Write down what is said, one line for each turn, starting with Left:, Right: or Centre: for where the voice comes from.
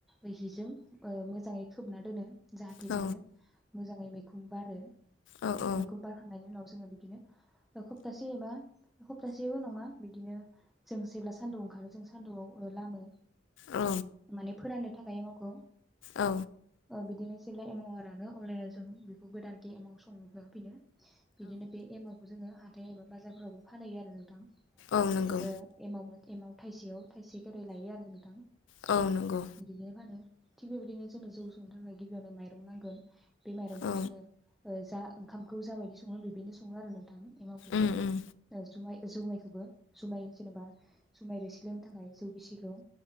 Centre: ऐ हिजों मोजाङै खोबना दोनो। जाहाथे
Left: औ
Centre: बियो मोजाङै मैखुम बारो।
Left: औ औ
Centre: बेखौ बारखांनायनि उनाव जोङो बिदिनो हप्तासे एबा हप्तासेबो नङा, बिदिनो जों जेब्ला सान्दुं ओंखारो जों सान्दुआव ओ लामो।
Left: औ
Centre: माने फोराननो थाखाय एमावखौ
Left: औ
Centre: ओ बिदिनो जेब्ला एमावा रानो अब्लानिया जों बेखौ गोदानके एमाव संहोफिनो। बिदिनो बे एमावखौ जोङो हा थाय एबा बाजारफोरावबो फानहैयो आरो नोंथां।
Left: औ नंगौ।
Centre: बिदिनो एमाव मो एमाव थाइसेयाव थाइसे खेरै लायो आरो नोंथां।
Left: औ नंगौ
Centre: बिदिनो फानो। थिग बेबायदिनो जोंनो जौ संनो थाखाय गिबियावनो माइरं नांगोन। बे माइरंखौ
Left: औ
Centre: जोङो ओ जा ओंखामखौ जाबायदि सङो बिबिनो सङो आरो नोंथां। एमावखोबो।
Left: उम उम
Centre: जुमाय जुमायखौबो जुमाय जेनेबा जुमाय रोसि लोंनो थाखाय जौ गिसिखौ।